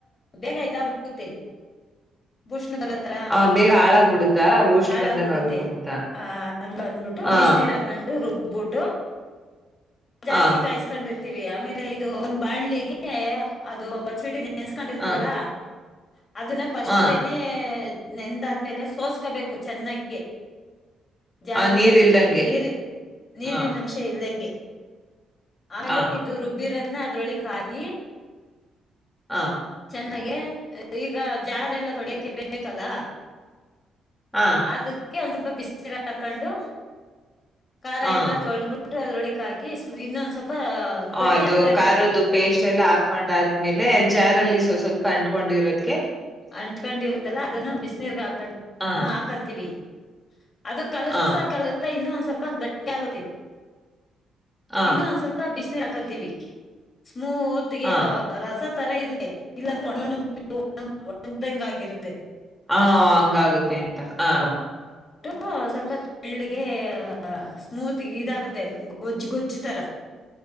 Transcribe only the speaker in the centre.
ಹಾ ಬೇಗ ಹಾಳಾಗ್ಬಿಡುತ್ತಾ ಬೂಸ್ಟ್
ಬಂದಂಗ ಆಗುತ್ತೆ ಅಂತ
ಹಾ
ಹಾ
ಹಾ
ಹಾ
ಆ ನೀರ್ ಇಲ್ದಂಗೆ
ಹಾ
ಹಾ
ಹ
ಹಾ
ಹಾ
ಹ
ಅದು
ಖಾರದ್ದು
ಪೇಸ್ಟ್ ಎಲ್ಲ ಹಾಕೊಂಡ ಆದ್ಮೇಲೆ ಜಾರಲ್ಲಿ ಸ್ವಲ್ಪ ಪಂಟ್ಕೊಂಡಿರೋದಕ್ಕೆ
ಆ
ಆ
ಆ
ಆ
ಹಾ ಹಂಗಾಗುತ್ತೆ ಹ